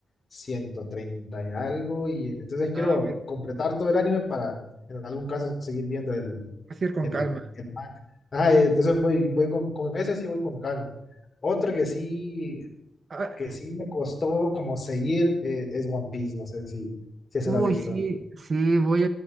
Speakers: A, on the left; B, on the right.
A: 130 y algo, y entonces quiero
B: Ah,
A: completar todo el anime para en algún caso seguir viendo el,
B: vas a ir con
A: el,
B: calma.
A: el manga. Ajá, entonces voy, voy con, con ese sí voy con calma. Otro que sí,
B: Ah,
A: que sí me costó como seguir eh, es One Piece, no sé si, si se
B: uy,
A: lo ha visto.
B: sí, sí, voy